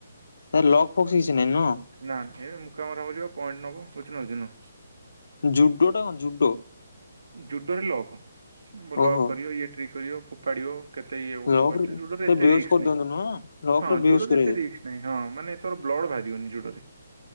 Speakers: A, on the left; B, on the right.
A: ସେ ଲଗ ଫଗ ଶିଛି ନାଇଁ ନୁହ।
B: ନା ନା ଏବେ ମୁଁକା ମରା ମାରି ହବ ପଏଣ୍ଟ ନବ ବୁଝୁଣୁ ନୁ।
A: ଜୁଡୋ ଟା କଁ ଜୁଡ଼ୋ?
B: ଜୁଡୋରେ ଲକ
A: ଓହୋ
B: ଲକ୍ କରିବ ଇଏ ଟ୍ରି କରିବ ଫୋପାଡିବ। କେତେ ଇଏ
A: ଲକ୍
B: ବାରୁଛ
A: ରେ
B: ଜୁଡରେ
A: ସେ
B: ଏତେ
A: ବେହୋସ୍
B: ରିକ୍ସ
A: କରିଦିଅନ୍ତି
B: ନାଇଁ
A: ନୁହଁ ଲକ୍
B: ହଁ
A: ରେ ବେହୋସ୍
B: ଜୁଡରେ
A: କରେଇବେ
B: ଏତେ ରିକ୍ସ ନାଇଁ ହଁ ମାନେ ତୋର ବ୍ଲଡ଼ ବାହାରିବନି ଜୋଡ଼ରେ।